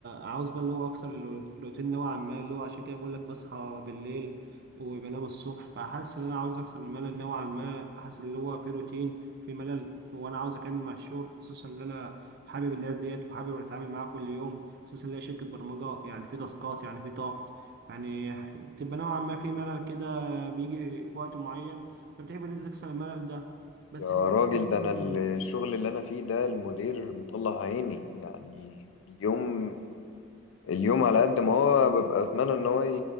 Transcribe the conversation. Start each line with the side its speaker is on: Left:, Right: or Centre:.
Right: عاوز بقى اللي هو اكسر الرو- الروتين نوعا ما اللي هو عشان كده بقول لك بصحى بالليل وبنام الصبح فحاسس ان انا عاوز اكسر الملل نوعا ما حاسس اللي هو في روتين في ملل وانا عاوز اكمل مع الشغل خصوصا ان انا حابب الناس ديت وحابب اتعامل معاها كل يوم خصوصا ان هي شركه برمجه يعني في تاسكات يعني في ضغط يعني بتبقى نوعا ما في ملل كده بيجي في وقت معين فبتحب ان انت تكسر الملل ده بس
Left: يا
Right: في
Left: راجل
Right: <laughs>
Left: ده
Right: مم.
Left: انا الشغل اللي انا فيه ده المدير مطلع عيني يعني اليوم اليوم على قد ما هو ببقى اتمنى ان هو ي-